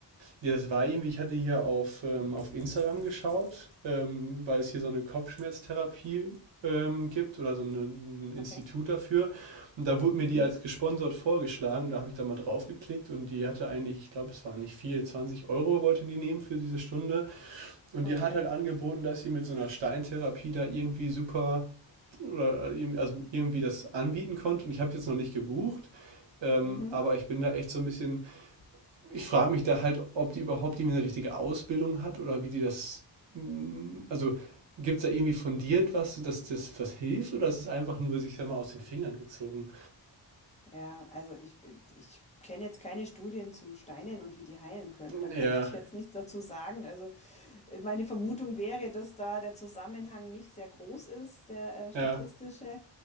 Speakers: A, on the right; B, on the left.
A: Ja, das war irgendwie, ich hatte hier auf, ähm, auf Instagram geschaut, ähm, weil es hier so eine Kopfschmerztherapie ähm, gibt oder so eine, ein Institut
B: Okay.
A: dafür. Und da wurde mir
B: Mhm.
A: die als gesponsert vorgeschlagen. Da habe ich da mal drauf geklickt und die hatte eigentlich, ich glaube, es war nicht viel, 20 Euro wollte die nehmen für diese Stunde. Und
B: Okay.
A: die hat halt angeboten, dass sie mit so einer Steintherapie da irgendwie super oder irgendwie- also irgendwie das anbieten konnte. Und ich habe es jetzt noch nicht gebucht. Ähm,
B: Mhm.
A: aber ich bin da echt so ein bisschen ich frage mich da halt, ob die überhaupt irgendwie eine richtige Ausbildung hat oder wie die das hm, also, gibt's da irgendwie fundiert was, dass das was hilft oder ist es einfach nur, sich sage mal, aus den Fingern gezogen?
B: Ja, also ich, ich kenne jetzt keine Studien zu Steinen und wie die heilen können. Da
A: Ja,
B: kann ich dir jetzt nichts dazu sagen. Also äh, meine Vermutung wäre, dass da der Zusammenhang nicht sehr groß ist, der äh, statistische.
A: ja,